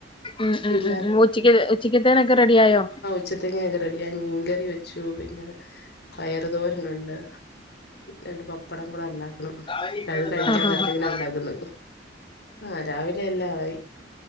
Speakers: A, on the left; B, on the left.
A: ഉം ഉം
B: പിന്നെ
A: ഉ ഉ ഉച്ചക്ക് ഉച്ചക്ക്ത്തേനൊക്കെ റെഡി ആയോ
B: ഉച്ചത്തക്കൊക്കെ റെഡിയായി മീൻകറി വെച്ചു പിന്നെ പയറ്തോരനുണ്ട് രണ്ട് പപ്പടം കൂടെ ഉണ്ടാക്കണം
A: ആ
B: അത് കഴിക്കാൻ
A: ആ
B: നേരത്തിങ്ങനെ
A: ആ
B: ഉണ്ടാക്കുന്നു ആ രാവിലെ എല്ലാ ആയി